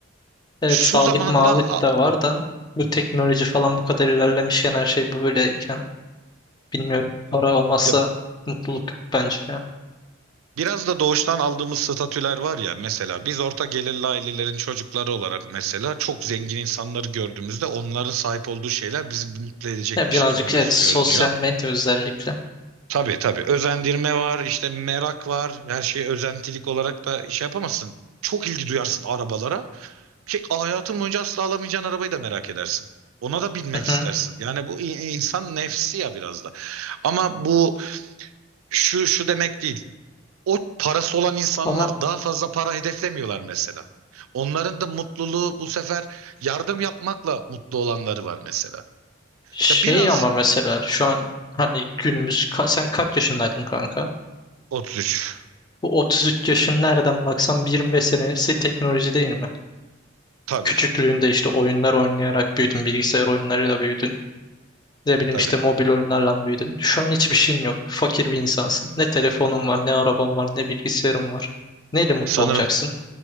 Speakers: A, on the left; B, on the right.
A: Evet
B: şu
A: sağlık
B: zamanda
A: mağlık
B: a-
A: da var da bu teknoloji falan bu kadar ilerlemişken her şey böyleyken bilmiyorum. Para olmazsa
B: ya
A: mutluluk yok bence ya.
B: Biraz da doğuştan aldığımız statüler var ya mesela biz orta gelirli ailelerin çocukları olarak mesela çok zengin insanları gördüğümüzde onların sahip olduğu şeyler bizi mutlu edecekmiş
A: Ya birazcık
B: gibi gö-
A: evet sosyal
B: görünüyor.
A: medya özellikle.
B: Tabii tabii özendirme var işte merak var her şeye özentilik olarak da şey yapamazsın. Çok ilgi duyarsın arabalara ki hayatın boyunca asla alamayacağın arabayı da merak edersin. Ona da binmek
A: Hı hı.
B: istersin. Yani bu i- insan nefsi ya biraz da. Ama bu şu şu demek değil o parası olan insanlar
A: Ama
B: daha fazla para hedeflemiyorlar mesela. Onların da mutluluğu bu sefer yardım yapmakla mutlu olanları var mesela.
A: şey
B: Ya biraz
A: ama mesela şu an hani günümüz ka- sen kaç yaşındaydın kanka?
B: 33.
A: Bu 33 yaşın nereden baksan 25 senesi teknoloji değil mi?
B: Tabii,
A: Küçüklüğünde işte oyunlar oynayarak büyüdün, bilgisayar oyunlarıyla büyüdün. Ne bileyim
B: tabii.
A: işte mobil oyunlarla büyüdün. Şu an hiçbir şeyin yok. Fakir bir insansın. Ne telefonun var, ne araban var, ne bilgisayarın var. Neyle mutlu
B: Sanırım
A: olacaksın?